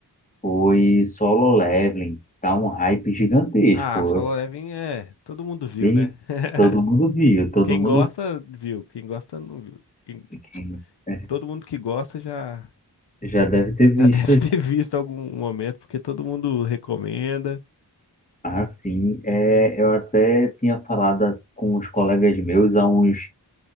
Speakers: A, on the left; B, on the left.
A: foi Solo Leveling. Tá um hype gigantesco.
B: Ah, Solo
A: Eu,
B: Leveling é, todo mundo viu,
A: vi,
B: né? <laughs>
A: todo mundo viu, todo
B: Quem
A: mundo
B: gosta, viu. Quem gosta, não viu. Quem-
A: que- é,
B: todo mundo que gosta já,
A: já deve ter
B: já
A: visto.
B: <laughs> deve ter visto algum momento, porque todo mundo recomenda.
A: Ah, sim. É, eu até tinha falado com os colegas meus há uns